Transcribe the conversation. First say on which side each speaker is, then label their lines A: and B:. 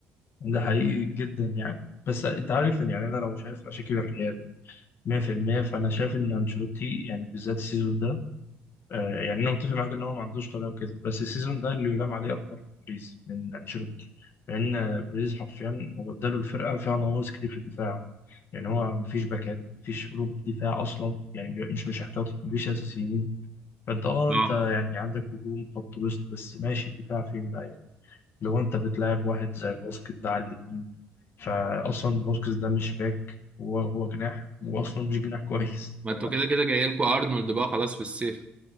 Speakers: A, on the left; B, on the right.
A: ده حقيقي جدا يعني بس انت عارف ان يعني انا لو شايف مشاكل الريال 100% فانا شايف ان انشيلوتي يعني بالذات السيزون ده آه، يعني انا متفق معاك ان هو ما عندوش طريقه وكده بس السيزون ده اللي يلام عليه اكتر بريز من انشيلوتي لان آه، بريز حرفيا هو اداله الفرقه فيها نواقص كتير في الدفاع يعني هو مفيش باكات مفيش قلوب دفاع اصلا يعني مش مش احتياطي مفيش اساسيين فانت اه
B: اه
A: انت يعني عندك هجوم خط وسط بس ماشي الدفاع فين بقى يعني لو انت بتلاعب واحد زي باسكت ده على اليمين فاصلا باسكت ده مش باك هو هو جناح واصلا مش جناح كويس
B: ما
A: <laughs> ف
B: انتوا كده كده جاي لكم ارنولد بقى خلاص في الصيف